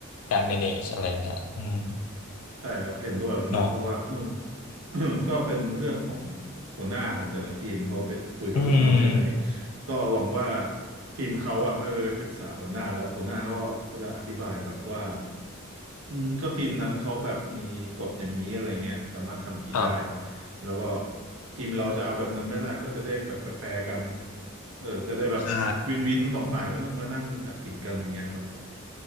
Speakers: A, on the left; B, on the right.
A: การ manage อะไรเงี้ยอืม
B: ใช่ครับเห็นด้วยคุณบาสเพราะว่าเออ
A: เนาะ
B: <coughs> <clears throat> ก็เป็นเรื่องของหัวหน้าของแต่ละทีมเขาไปคุยกับลูกน้องยังไง
A: อืม
B: ก็หวังว่าทีมเขาอ่ะเมื่อปรึกษาหัวหน้าแล้วหัวหน้าเขาอะเขาจะอธิบายแบบว่าอืมก็ทีมนั้นเขาแบบมีกฎอย่างนี้อะไรเงี้ยสามารถทำอย่างนี้ได้
A: ครับ
B: แล้วก็ทีมเราจะเอาแบบนั้นไหม่ล่ะก็จะได้แบบแฟร์ๆกันเออจะได้แบบวินวินทั้งสองฝ่ายไม่ต้องมานั่งจับผิดกันอย่างเงี้ยครับ
A: ใช่